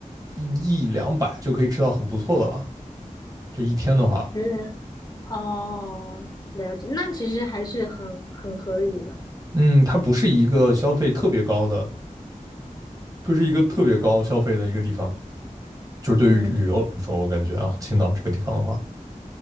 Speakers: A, on the right (about 25°); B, on the left (about 30°).
A: 一一两百就可以吃到很不错的了。就一天的话，
B: 人人哦，了解，那其实还是很很合理的。
A: 嗯，它不是一个消费特别高的，不是一个特别高消费的一个地方。就是对于旅游来说，
B: 嗯。
A: 我感觉啊，青岛这个地方的话，